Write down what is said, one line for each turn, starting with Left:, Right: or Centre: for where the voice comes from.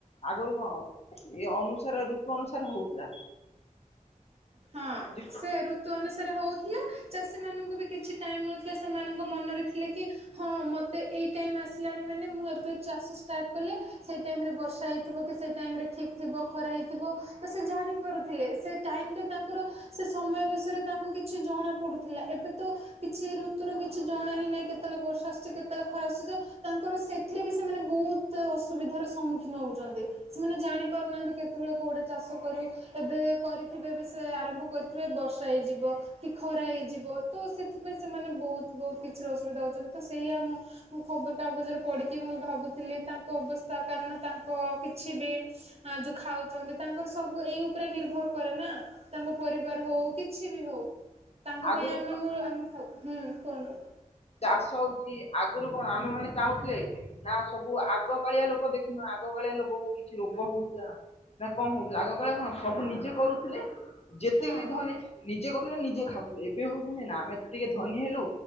Left: ଆଗରୁ କଣ ଏ ଅନୁସାରେ ଋତୁ ଅନୁସାରେ ହଉଥିଲା।
Right: ହଁ
Left: ଯେ
Right: ସେ ଋତୁ ଅନୁସାରେ ହଉଥିଲା। ଚାଷୀ ମାନଙ୍କୁ ବି କିଛି ଟାଇମ ମିଳୁଥିଲା ସେମାନଙ୍କ ମନରେ ଥିଲେ କି ହଁ ମତେ ଏଇ ଟାଇମ ଆସିଲାଣି ମାନେ ମାନେ ମୁଁ ଏବେ ଚାଷ ଷ୍ଟାର୍ଟ କଲେ ସେଇ ଟାଇମ ରେ ବର୍ଷା ହେଇଥିବ କି ସେଇ ଟାଇମ ରେ ଠିକ୍ ଥିବ ଖରା ହେଇଥିବ। ଏ ସେ ଜାଣି ପାରୁଥିଲେ ସେ ଟାଇମ ଟା ତାଙ୍କର ସେ ସମୟ ବିଷୟରେ ତାଙ୍କୁ କିଛି ଜଣା ପଡୁଥିଲା ଏବେ ତ କିଛି ଋତୁର କିଛି ଜଣା। ପଡୁ ହିଁ ନାଇ କେତେବେଳେ ବର୍ଷା ଆସୁଛି କେତେବେଳେ ଖରା ଆସୁଚି ତାଙ୍କର ସେଥିରେ ବି ସେମାନେ ବହୁତ ଅସୁବିଧାର ସମୁ ମ୍ମୁଖୀନ ହଉଛନ୍ତି ସେମାନେ ଜାଣି ପାରୁନାହାନ୍ତି କେତେବେଳେ କୋଉଟା ଚାଷ କରିବୁ ଏବେ କରିଥିବେ ଏବେ। ସେ ଆରମ୍ଭ କରିିବେ ବର୍ଷା ହେଇଯିବ କି ଖରା ହେଇଯିବ ତ ସେଥିପାଇଁ ସେମାନେ ବହୁତ ବହୁତ କି କିଛି ର ଅସୁବିଧା ହଉଛନ୍ତି ତ ସେଇଆ ମୁଁ ଖବର କାଗଜରେ ପଢିକି ମୁଁ ଭାବୁଥିଲି ତାଙ୍କ ଅବସ୍ଥା କାରଣ। ତାଙ୍କ କିଛି ବି ଯୋଉ ଖାଉଚନ୍ତି ତାଙ୍କର ସବୁ ଏଇ ଉପରେ ନିର୍ଭର କରେ ନା। ତାଙ୍କ ପରିବାର ହଉ କିଛି ବି ହଉ ତାଙ୍କ
Left: ଆଗରୁ
Right: ପାଇଁ ଆମେ
Left: କଣ
Right: ମୁ ଆମେ ହଉ। ହୁଁ କୁହନ୍ତୁ।
Left: ଚାଷ ହଉଛି ଆଗରୁ କଣ ଆମେ ମାନେ ଚାହୁଁଥିଲେ ନା ସବୁ ଆଗ କାଳିଆ ଲୋକ ଦେଖୁନ ଆଗ। କାଳିଆ ଲୋକକୁ କିଛି ରୋଗ ହଉଥିଲା ନା କଣ ହଉଥିଲା ଆଗ କାଳେ କଣ ସବୁ ନିଜେ କରୁଥିଲେ। ଯେତିକି
Right: ହଁ
Left: ବି ଧନୀ ନିଜେ କରୁଥିଲେ ନିଜେ ଖାଉଥିଲେ ଏବେ ହୁ କହୁଛନ୍ତି ନା ଆମେ ଟିକେ ଧନୀ ହେଲୁ।